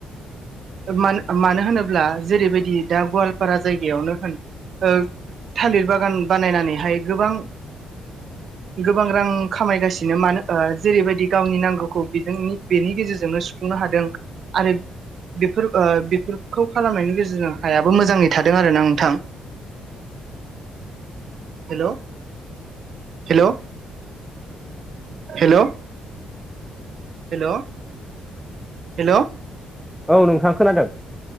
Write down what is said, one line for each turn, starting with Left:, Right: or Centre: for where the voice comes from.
Right: मानो मानो होनोब्ला जेरैबायदि दा गवालपारा जायगायावनो होन। ओ थालिर बागान बानायनानैहाय गोबां गोबां रां खामायगासिनो मानो ओ जेरैबायदि गावनि नांगौखौ बिजोंनि बेनि गेजेरजोंनो सुफुंनो हादों आरो बेफोर ओ बेफोरखौ खालामनायनि गेजेरजों हायाबो मोजाङै थादों आरो ना नोंथां। Hello hello hello hello hello
Centre: औ नोंथां खोनादों?